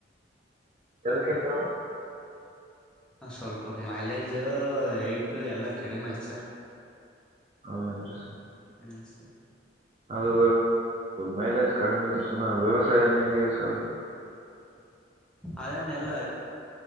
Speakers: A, on the right; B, in the centre.
A: ಎಕ್ಕೆಂತ
B: ಹ ಸ್ವಲ್ಪ ಮೈಲೇಜು ಯಟು ಎಲ್ಲ ಕಡಿಮೆ ಆಯ್ತು ಸರ್
A: ಹೌದೌ ರ ಸ
B: ಹ್ಮ್ ಸರಿ
A: ಅದು ಮೈಲೇಜ್ ಕಡಿಮ ಇದ್ರು ಸನ ವ್ಯವಸಾಯ ಹೆಂಗ ಹೆಂಗಿದೆ ಸರ್ <inaudible>
B: ಅ ನೆಲ್ಲ